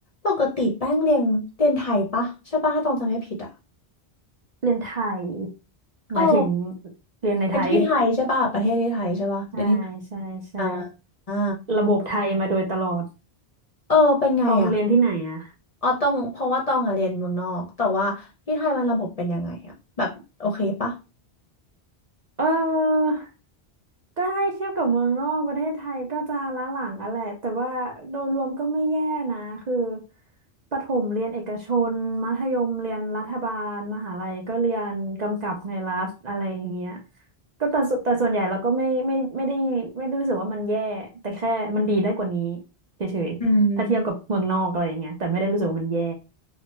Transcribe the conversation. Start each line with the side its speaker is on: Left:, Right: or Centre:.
Left: ปกติแป้งเรียนเรียนไทยปะใช่ปะถ้าตองจำไม่ผิดอ่ะ
Right: เรียนไทย
Left: เออ
Right: หมายถึงเรียนในไทย
Left: เรียนที่ไทยใช่ปะประเทศที่ไทยใช่ปะเรียนที่
Right: <laughs> ใช่ใช่ใช่
Left: อ่าอ่า
Right: ระบบไทยมาโดยตลอด
Left: เออเป็นไงอ่ะ
Right: ต้องเรียนที่ไหนอ่ะ
Left: อ๋อต้องเพราะว่าตองอ่ะเรียนเมืองนอกแต่ว่าที่ไทยมันระบบเป็นยังไงอ่ะแบบโอเคปะ
Right: เออ ก็ได้เทียบกับเมืองนอกประเทศไทยก็จะล้าหลังอะแหละแต่ว่าโดยรวมก็ไม่แย่นะคือประถมเรียนเอกชนมัธยมเรียนรัฐบาลมหาลัยก็เรียนกำกับในรัฐอะไรอย่างเงี้ยก็แต่สุแต่ส่วนใหญ่เราก็ไม่ไม่ไม่ได้ไม่ได้รู้สึกว่ามันแย่แต่แค่มันดีได้กว่านี้เฉยๆถ้าเทียบกับเมืองนอกอะไรอย่างเงี้ยแต่ไม่ได้รู้สึกว่ามันแย่
Left: อืม